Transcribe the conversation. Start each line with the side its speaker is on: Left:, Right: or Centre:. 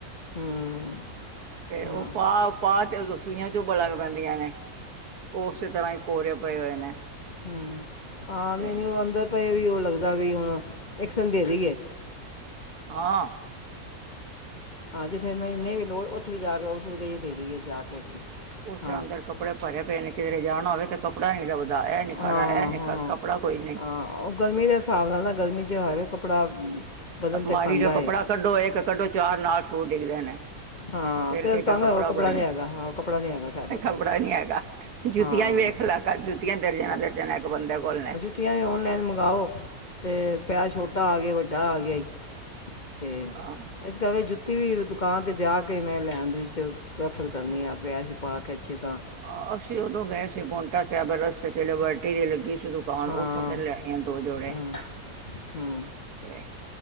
Left: ਹੂੰ
Right: ਤੇ ਓ
Left: ਹਾਂ
Right: ਪਾ-ਪਾ ਕੇ ਸੁਈਆ ਚੁੱਬ ਲੱਗ ਪੈਂਦੀਆਂ ਨੇ ਓ ਓਸੇ ਤਰ੍ਹਾਂ ਈ ਕੋਰੇ ਪਏ ਹੋਏ ਨੇ
Left: ਹੂੰ ਹਾਂ
Right: ਤੇ
Left: ਨਈ-ਨਈ ਓ ਅੰਦਰ ਪਏ ਵੀ ਓ ਲੱਗਦਾ ਵੀ ਹੁਣ ਕਿਸੇ ਨੂੰ ਦੇਦੀ ਏ
Right: ਹਾਂ।
Left: ਹਾਂ ਜਿੱਥੇ ਨਈ ਵੀ ਲੋੜ ਓਥੇ ਵੀ ਜਾ ਕੇ ਉਸਨੂੰ ਕਹੀਏ ਦੇ ਦੇਈਏ ਜਾ ਕੇ ਅਸੀਂ
Right: ਉਸਰਾ
Left: ਹਾਂ
Right: ਅੰਦਰ ਕੱਪੜੇ ਭਰੇ ਪਏ ਨੇ ਕਿਧਰੇ ਜਾਣਾ ਹੋਵੇ ਤੇ ਕੱਪੜਾ ਨੀ ਲਭਦਾ ਐ ਨੀ ਖਰਾ
Left: ਹਾਂ
Right: ਐ ਨੀ
Left: ਹਾਂ ਹਾਂ
Right: ਕੱਪੜਾ ਕੋਈ ਨੀ
Left: ਹਾਂ ਓ ਗਰਮੀ ਦੇ ਸਾਬ ਨਾਲ ਨਾ ਗਰਮੀ ਚ ਹਰ ਕੋਈ ਕੱਪੜਾ ਬਧਨ
Right: ਅਲਮਾਰੀ
Left: ਤੇ ਖਾਂਦਾ
Right: ਚੋਂ ਕੱਪੜਾ
Left: ਏ।
Right: ਕੱਢੋ ਇੱਕ ਕੱਢੋ ਚਾਰ ਨਾਲ ਸੂਟ ਡਿੱਗਦੇ ਨੇ
Left: ਹਾਂ
Right: ਫੇਰ
Left: ਤੇ
Right: ਕਇਦਾ
Left: ਅਸੀਂ ਕਹਾਂਗੇ
Right: ਕੱਪੜਾ
Left: ਉਹ
Right: ਕੋਈ
Left: ਨਹੀਂ
Right: ਨੀ
Left: ਹੈਗਾ ਹਾਂ ਉਹ ਕੱਪੜਾ ਨਹੀਂ ਹੈਗਾ ਸਾਡੇ ਕੋਲ
Right: ਕੱਪੜਾ ਨੀ ਹੈਗਾ ਜੁੱਤੀਆਂ
Left: ਹਾਂ
Right: ਵੇਖ ਲੈ ਕਰ ਜੁੱਤੀਆਂ ਦਰਜਨਾਂ- ਦਰਜਨਾਂ ਇੱਕ ਬੰਦੇ ਕੋਲ ਨੇ।
Left: ਜੁਤੀਆਂ ਵੀ ਔਨਲਾਈਨ ਮੰਗਾਓ ਤੇ ਪੈਰ ਛੋਟਾ ਆ ਗਿਆ ਈ ਵੱਡਾ ਆ ਗਿਆ ਈ। ਤੇ
Right: ਹਾਂ
Left: ਇਸ ਕਰਕੇ ਜੁੱਤੀ ਵੀ ਦੁਕਾਨ ਤੇ ਜਾ ਕੇ ਮੈਂ ਲੈਣ ਦੇ ਵਿੱਚ ਪ੍ਰੈਫਰ ਕਰਨੀ ਆ ਪੈਰ ਚ ਪਾਕੇ ਅੱਛੇ ਤਾ
Right: ਆਹ ਅਸੀਂ ਓਦੋਂ ਗਏ ਸੀ ਪੋਂਟਾ ਸੈਬ ਰਸਤੇ ਚ ਲਬਰਟੀ ਜੀ ਲੱਗੀ ਸੀ ਰੁ ਦੁਕਾਨ
Left: ਹਾਂ
Right: ਓਥੋਂ ਫੇਰ ਲੈ ਆਈ ਆ ਦੋ ਜੋੜੇ।
Left: ਹੂੰ ਹੂੰ
Right: ਤੇ